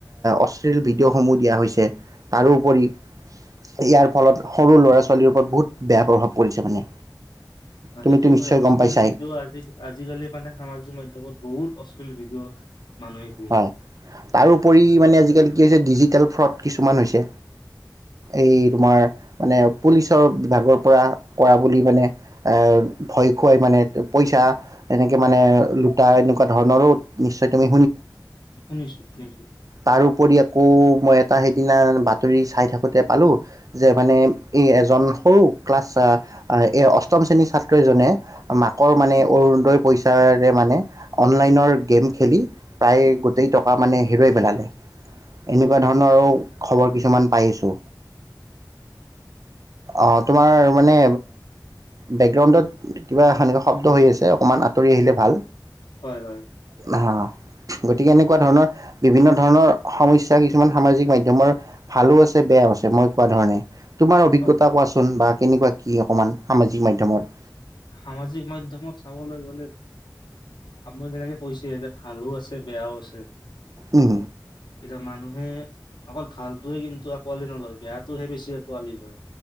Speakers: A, on the right; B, on the left.
A: অশ্লীল ভিডিঅ' সমূহ দিয়া হৈছে, তাৰোপৰি ইয়াৰ ফলত সৰু ল'ৰা ছোৱালীৰ ওপৰত বহুত বেয়া প্ৰভাৱ পৰিছে মানে। তুমিতো
B: সেইটো
A: নিশ্চয়
B: হয় অশ্লীল
A: গম পাইছাই
B: ভিডিঅ' আৰু আজিকালি মানে সামাজিক মাধ্যমত বহুত অশ্লীল ভিডিঅ' মানুহে দিয়ে
A: হয় তাৰোপৰি মানে আজিকালি কি হৈছে ডিজি টেল ফ্ৰড কিছুমান হৈছে এই তোমাৰ মানে পুলিচৰ বিভাগৰ পৰা কৰা বুলি মানে আ ভয় দেখুৱাই মানে পইচা এনেকে মানে
B: হয়
A: লোটা এ তেনেকোৱা ধৰণৰো নিশ্চয় তুমি
B: শুনিছো শুনিছো
A: তাৰপৰি আকৌ মই এটা সেইদিনাৰ বাত ৰি চাই থাকোতে পালো যে মানে এই এজন সৰু ক্লাছ এই অষ্টম শ্ৰেণীৰ ছাত্ৰজনে মাকৰ মানে
B: উম,
A: অৰুনোদই পইচ ৰে মানে অনলাইনৰ গেম খেলি এই গোটেই টকা মানে হেৰুৱাই পেলালে এনেকোৱা ধৰণৰো খবৰ কিছুমান পাইছো অ তোমাৰ মানে বেকগ্ৰাউণ্ড অন্তত কিবা এনেকোৱা শব্দ হৈ আছে অকণমান আঁতৰি আহিলে ভাল
B: হয় হয়
A: হা হা গতিকে এনেকোৱা ধৰণৰ বিভিন্ন ধৰণৰ সমস্যা কিছুমান সামাজিক মাধ্যমৰ ভালো আছে বেয়াও আছে মই কোৱা ধৰণে তোমাৰ অভিজ্ঞতা
B: হয়।
A: কোৱাচোন বা কেনেকোৱা ই অকমান সামাজিক মাধ্যমত
B: সামাজিক মাধ্যমত চাবলৈ গ'লে আপুনি যেনেকে কৈছে যে ভালো আছে বেয়াও আছে
A: উম
B: এতিয়া মানুহে অকল ভালটোৱে কিন্তু আঁকোৱালি নলয় বেয়াটোহে বেছি আঁকোৱালি লয়